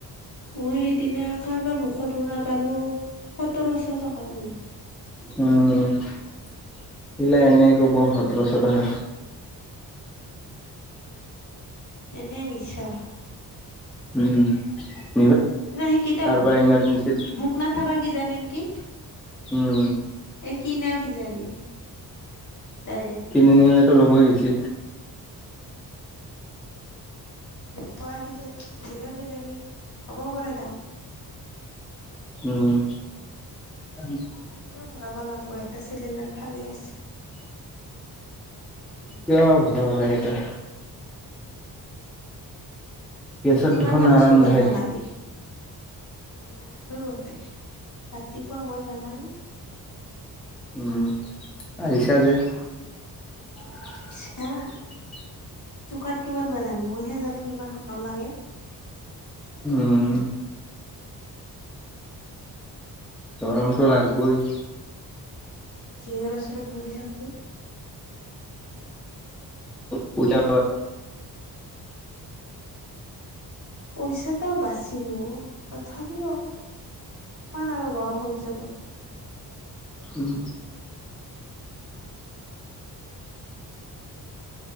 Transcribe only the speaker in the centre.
উম <inaudible> সিলা এনে কব সতশটকা
উম <inaudible>
কাৰোবাৰ ইমাৰ্জেঞ্চিত
উম
কিনি নিলেতো লবোই বেছি
উম <inaudible>
কিয় ভৰাব লাগে এতিয়া গেছত
দেখোন
নাৰান্ধাই
উম আছা যে <inaudible> <unintelligible>
উম। গৰমটো লাগিবই।
পূজা
উম।